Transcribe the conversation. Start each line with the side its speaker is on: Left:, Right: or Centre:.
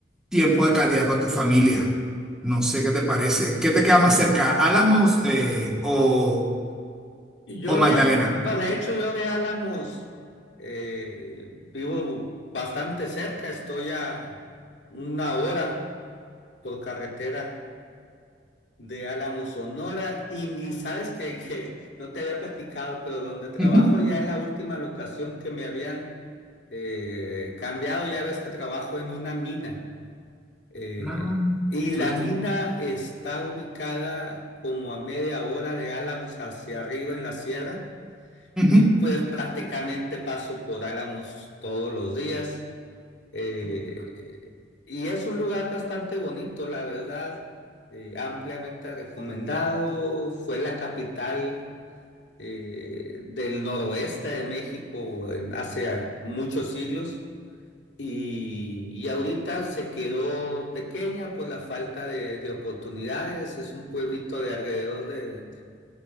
Centre: tiempo de calidad con tu familia. No sé qué te parece. ¿Qué te queda más cerca, Álamos eh, o,
Left: Y Yo
Centre: o Magdalena?
Left: de, no, de hecho yo de Álamos eh, vivo bastante cerca, estoy a una hora por carretera de Álamos, Sonora, y, y sabes que, que no te había platicado, pero donde trabajo
Centre: Ujú.
Left: ya en la última locación que me habían eh, cambiado, ya ves que trabajo en una mina. Eh,
Centre: Ah,
Left: y
Centre: tuviste-
Left: la mina está ubicada como a media hora de Álamos hacia arriba en la sierra
Centre: ujú.
Left: y pues prácticamente paso por Álamos todos los días. Eh, y es un lugar bastante bonito, la verdad, eh, ampliamente recomendado. Fue la capital eh, del noroeste de México en hace al- muchos siglos. Y, y ahorita se quedó pequeña por la falta de, de oportunidades. Es un pueblito de alrededor de